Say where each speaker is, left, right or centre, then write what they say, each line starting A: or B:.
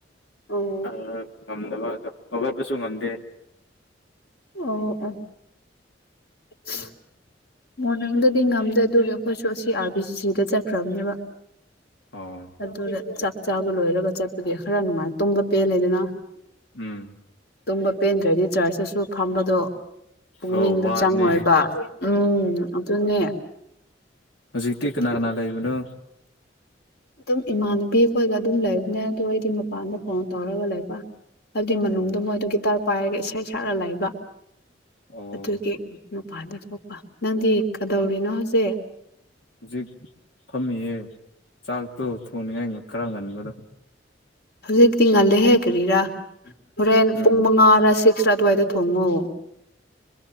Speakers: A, on the left; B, on the left.
A: ꯑꯣ
B: ꯑꯥ ꯉꯝꯗꯕ ꯑꯗꯣ ꯍꯧꯒꯠꯄꯁꯨ ꯉꯝꯗꯦ
A: ꯑꯣ ꯑ <inaudible> ꯃꯣꯔꯅꯤꯡꯗꯗꯤ ꯉꯝꯗꯦ ꯑꯗꯨꯒꯤ ꯑꯩꯈꯣꯏꯁꯨ ꯑꯁꯤ ꯑꯥꯔ ꯕꯤ ꯁꯤ ꯁꯤꯗ ꯆꯠꯈ꯭ꯔꯕꯅꯦꯕ
B: ꯑꯣ
A: ꯑꯗꯨꯗ ꯆꯥꯛ ꯆꯥꯕ ꯂꯣꯏꯔꯒ ꯆꯠꯄꯗꯤ ꯈꯔ ꯅꯨꯉꯥꯏ ꯇꯨꯝꯕ ꯄꯦꯜꯂꯦꯗꯅ
B: ꯎꯝ
A: ꯇꯨꯝꯕ ꯄꯦꯟꯗ꯭ꯔꯗꯤ ꯆꯔꯁꯇꯁꯨ ꯈꯝꯕꯗꯣ ꯄꯨꯛꯅꯤꯡꯗꯣ
B: ꯑꯧ ꯋꯥꯕꯅꯦ
A: ꯆꯪꯉꯣꯏꯕ ꯎꯝ ꯑꯗꯨꯅꯦ
B: ꯍꯖꯤꯛꯇꯤ
A: ꯑꯗꯨꯒꯤ
B: ꯀꯅꯥꯅ ꯂꯩꯕꯅꯣ
A: ꯑꯗꯨꯝ ꯏꯃꯥꯟꯅꯕꯤꯈꯣꯏꯒ ꯑꯗꯨꯝ ꯂꯩꯕꯅꯦ ꯑꯗꯣ ꯑꯩꯗꯤ ꯃꯄꯥꯟꯗ ꯐꯣꯟ ꯇꯧꯔꯒ ꯂꯩꯕ ꯑꯥꯗꯨꯏ ꯃꯅꯨꯡꯗ
B: ꯑꯣ
A: ꯃꯣꯏꯗꯣ ꯒꯤꯇꯔ ꯄꯥꯏꯔꯒ ꯏꯁꯩ ꯁꯛꯂ ꯂꯩꯕ
B: ꯑꯣ
A: ꯑꯗꯨꯒꯤ ꯃꯥꯄꯥꯥꯟꯗ ꯊꯣꯛꯄ ꯅꯪꯗꯤ ꯀꯗꯧꯔꯤꯅꯣ ꯍꯧꯖꯤꯛ
B: ꯍꯨꯖꯤꯛ ꯐꯝꯃꯤꯌꯦ ꯆꯥꯛꯇꯣ ꯊꯣꯡꯅꯤꯉꯥꯏ ꯈꯔ ꯉꯟꯕꯗꯣ
A: ꯍꯧꯖꯤꯛꯇꯤ ꯉꯜꯂꯦꯍꯦ ꯀꯔꯤꯔꯥ ꯍꯣꯔꯦꯟ
B: ꯎꯝ
A: ꯄꯨꯡ ꯃꯉꯥꯔ ꯁꯤ ꯁ꯭ꯇꯥꯔꯠꯋꯥꯏꯗ ꯊꯣꯡꯉꯣ